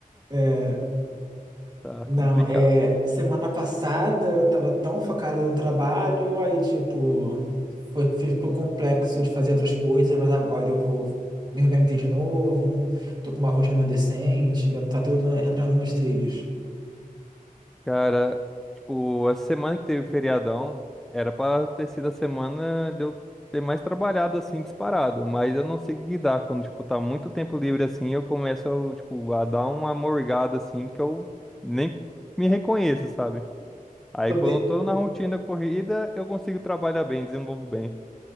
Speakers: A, on the right; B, in the centre.
A: É.
B: Tá
A: Não,
B: complicada.
A: é, semana passada eu tava tão focada no trabalho, aí tipo, foi, ficou complexo de fazer outras coisas, mas agora eu vou me organizar de novo, tô com uma rotina decente, tá, tá tudo entrando nos trilhos.
B: Cara, tipo, essa semana que teve feriadão, era pra ter sido a semana de eu ter mais trabalhado assim, disparado. Mas eu não sei o que que dá. Quando, tipo, tá muito tempo livre assim, eu começo, tipo, a dar uma morgada assim que eu nem me reconheço, sabe? Aí
A: Poder,
B: quando eu tô na rotina corrida, eu consigo trabalhar bem, desenvolvo bem.